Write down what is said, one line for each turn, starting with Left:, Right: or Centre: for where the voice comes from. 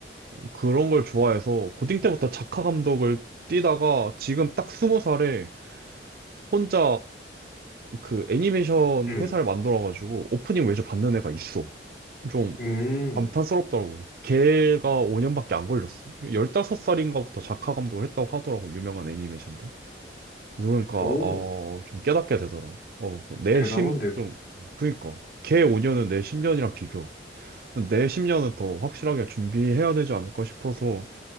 Right: 그런 걸 좋아해서 고딩 때부터 작화 감독을 뛰다가 지금 딱 스무 살에 혼자 그 애니메이션
Left: 음,
Right: 회사를 만들어가지고 오프닝 외주 받는 애가 있어. 좀
Left: 음,
Right: 감탄스럽더라고. 걔가 5년밖에 안 걸렸어. 15살인가부터 작화 감독을 했다고 하더라고, 유명한 애니메이션들. 그러니까
Left: 오.
Right: 어, 좀 깨닫게 되더라. 어, 내
Left: 대단한데
Right: 심, 좀, 그니까 걔 5년은 내 10년이랑 비교. 내 10년은 더 확실하게 준비해야 되지 않을까 싶어서